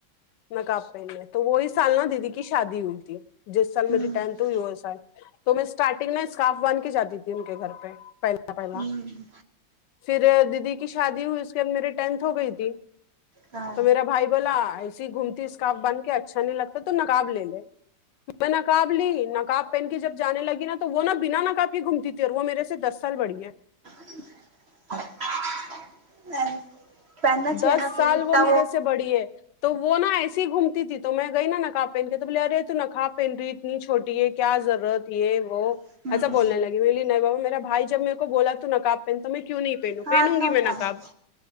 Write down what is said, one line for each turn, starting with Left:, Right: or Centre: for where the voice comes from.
Left: نقاب پہنا تو وہی سال نا دیدی کی شادی ہوئی تھی جس سال میری
Right: ہوں
Left: ٹینتھ ہوئی ہو سال تو میں اسٹارٹ پھر میں اسکاف باندھ کے جاتی تھی ان کے گھر پہ پہلا پہلا
Right: ہوں ہوں
Left: پھر دیدی کی شادی ہوئی اس کے بعد میری ٹینتھ ہو گئی تھی
Right: ہاں
Left: تو میرا بھائی بولا تو گھومتی اسکارف بن کے اچھا نہیں لگتا تو نقاب لے لے میں نقاب لی نقاب پہن کی جب جانے لگی نا تو وہ نا بنا نہ کافی گھومتی تھی اور وہ میرے سے دس سال بڑی ہے
Right: <inaudible> چاہیے
Left: دس
Right: نا
Left: سال
Right: پھر اتنا
Left: وہ میرے سے بڑی ہے تو وہ نا ایسے ہی گھومتی تھی تو میں گئی نا نقاب پہن کے تو بولے ارے تو نقاب پہن ری اتنی چھوٹی ہے کیا ضرورت یہ وہ
Right: ہوں
Left: ایسا بولنے لگے میں نہیں بابا میرا بھائی جب میرے کو بولا تو نقاب پہ تو میں کیوں نہیں پہنوں
Right: ہاں
Left: پہنوں
Right: تو
Left: گی
Right: ہوتا
Left: میں نکاب
Right: ہے